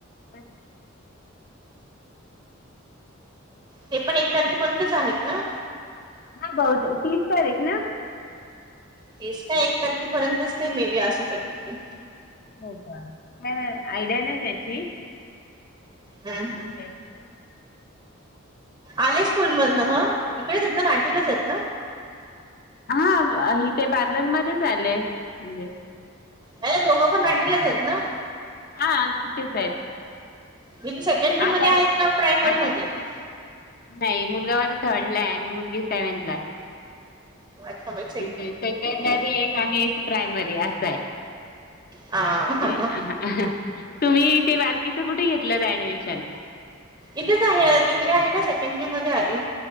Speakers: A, on the left; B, on the right.
A: अचछा
B: ते पण एक
A: हॅलो
B: तारखेपर्यंतच आहेत ना
A: हा बहत तीस तारीख ना
B: तेस का एक तारखेपर्यंतच ते मे बी असू शके ते
A: हो का काय आयडिया नाही त्याची
B: हा हा
A: कशी
B: आले स्कूल मध ना मग इकडेच आहेतेत ना नाटलाच आहेत ना
A: हा हि ते पार्लरमध्येध्येच आलेय म्हणजे
B: अ दोघं पण मटल्या झाली ना
A: हां तिथेच आहेत
B: मी ते सेकंडरीमध्ये
A: आता
B: आहेत का प्रायमरीमध्येध्ये
A: आता नाही मुलगामध्येझ थर्ड ला आहे आणि मुलगी सेव्हन्थ ला आहे
B: अच्छा ब
A: सेकंडरी एक आणि एक प्रायमरी असा आहे
B: ह
A: म्हणजे तुम्ही ते बारकीचं कुठे घेतलं तर ऍडमिशन
B: इथेच आहे आता त इिकडे आली ना सेकंड्री मध्ये आली